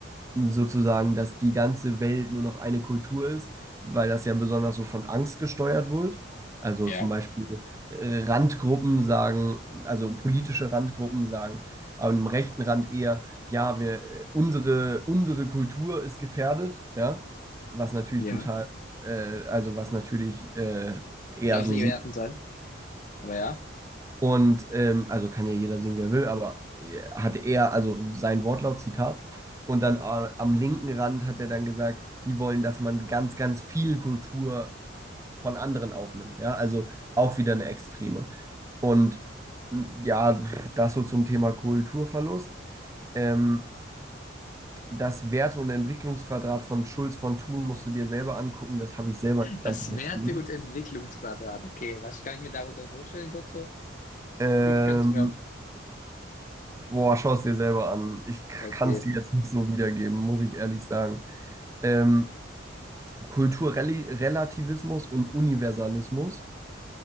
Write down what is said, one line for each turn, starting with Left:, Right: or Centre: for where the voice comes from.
Right: sozusagen, dass die ganze Welt nur noch eine Kultur ist, weil das ja besonders so von Angst gesteuert wird. Also
Left: Ja.
Right: zum Beispiel äh, Randgruppen sagen, also politische Randgruppen sagen, am rechten Rand eher, ja, wir, äh, unsere, unsere Kultur ist gefährdet, ja, was natürlich
Left: Ja.
Right: total, äh, also was natürlich äh, eher
Left: Du darfst
Right: so
Left: nicht
Right: sehen.
Left: wertend sein. Aber ja.
Right: Und ähm, also kann ja jeder sehen, wie er will, aber äh, hatte er, also sein Wortlaut, Zitat. Und dann äh, am linken Rand hat er dann gesagt, die wollen, dass man ganz, ganz viel Kultur von anderen aufnimmt. Ja, also auch wieder eine Extreme. Und m, ja, das so zum Thema Kulturverlust. Ähm, das Werte- und Entwicklungsquadrat von Schulz von Thun musst du dir selber angucken. Das habe ich selber nicht
Left: Das
Right: ganz so verstanden.
Left: Werte- und Entwicklungsquadrat. Okay, was kann ich mir darunter vorstellen, kurz so?
Right: Ähm,
Left: Nur Ganz genau.
Right: Boah, schau es dir selber an. Ich kann
Left: Okay,
Right: es dir jetzt nicht so wiedergeben, muss ich ehrlich sagen. Ähm, Kulturrelativismus und Universalismus.